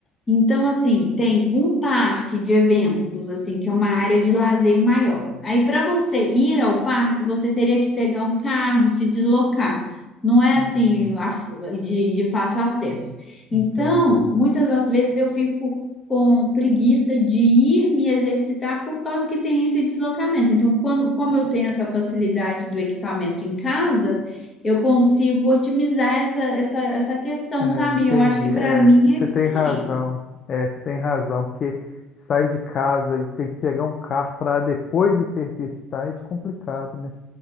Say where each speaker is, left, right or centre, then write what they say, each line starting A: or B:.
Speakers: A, on the left; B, on the left.
A: Então, assim, tem um parque de eventos, assim, que é uma área de lazer maior. Aí, para você ir ao parque, você teria que pegar um carro, se deslocar. Não é
B: Hum,
A: assim a- de de fácil acesso.
B: entendi.
A: Então, muitas das vezes eu fico com preguiça de ir me exercitar por causa que tem esse deslocamento. Então, quando, como eu tenho essa facilidade do equipamento em casa, eu consigo otimizar essa, essa, essa questão,
B: É,
A: sabe?
B: entendi.
A: Eu acho que para
B: É,
A: mim
B: você
A: é eficiente.
B: tem razão. É, você tem razão, porque sair de casa e ter que pegar um carro para depois de se exercitar é de complicado, né?